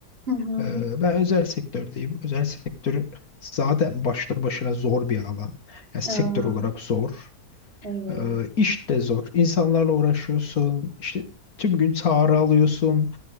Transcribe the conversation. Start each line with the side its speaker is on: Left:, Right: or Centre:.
Right: Hı hı.
Left: Ee, Ben özel sektördeyim. Özel sektör zaten başta başına zor bir alan. Yani sektör
Right: Aa,
Left: olarak zor.
Right: evet.
Left: Ee, İş de zor. İnsanlarla uğraşıyorsun. İşte tüm gün çağrı alıyorsun.